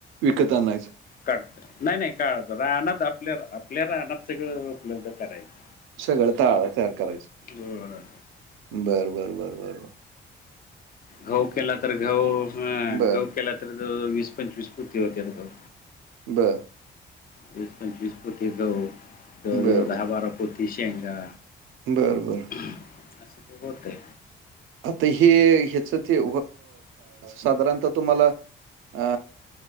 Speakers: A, on the right; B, on the left.
A: विकतानायच
B: काढत नाही नाही काढत रानात आपल्या आपल्या रानात सगळं उपलब्ध करायचं
A: सगळं ताळा तयार करायचं
B: होय,
A: बर बर बर बर बर
B: गहु केला तर गहु
A: बरं,
B: गहु केला तर जवळ जवळ वीस पंचवीस पती होत घ
A: ब
B: वीस पंचवीस पोती गहु जवळ
A: बरं,
B: जवळ दहा
A: बरं,
B: बारा पोती शेंगा
A: बरं बरं
B: असं ते होतय
A: आता हे ह्याच ते साधारणत तुम्हाला अ